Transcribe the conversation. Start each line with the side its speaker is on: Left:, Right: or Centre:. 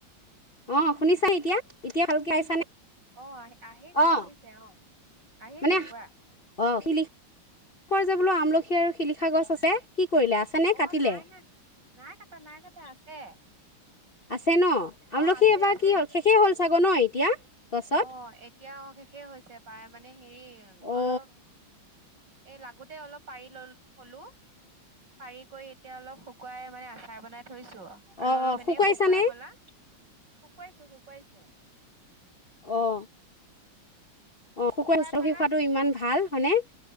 Left: অ' শুনিছা এতিয়া? এতিয়া ভালকে আহিছানে?
Right: অ' আহি। আহিছে
Left: অ
Right: আহিছে অ'- আহিছে
Left: মানে
Right: কোৱা।
Left: অ শিলি যে বোলো আমলখি আৰু শিলিখা গছ আছে! কি কৰিলে আছে নে
Right: অ
Left: কাটিলে
Right: নাই নাই। নাই কাটা, নাই কাটা, আছে।
Left: আছ। আছে ন? আমলখি
Right: অ', আছে
Left: এইবাৰ
Right: আছে
Left: কি হল? শেষেই হ'ল। চাগ' ন এতিয়া? গছত
Right: অ' এতিয়া অ' শেষেই হৈছে পায় মানে হেৰি
Left: অ
Right: অলপ। এ লাগোতে অলপ পাৰি লল থলোঁ। পাৰি কৰি এতিয়া অলপ শুকুৱাই মানে আচাৰ বনাই থ থৈছো। আৰু
Left: অ
Right: অলপ
Left: অ
Right: এনেই
Left: শুকুৱাইছানে
Right: শুকুৱাই পেলাই শুকুৱাইছোঁ শুকুৱাইছোঁ।
Left: অ'। অ
Right: শুকুৱাই
Left: আমলখি
Right: পেলাই-
Left: খোৱাটো ইমান ভাল হয়নে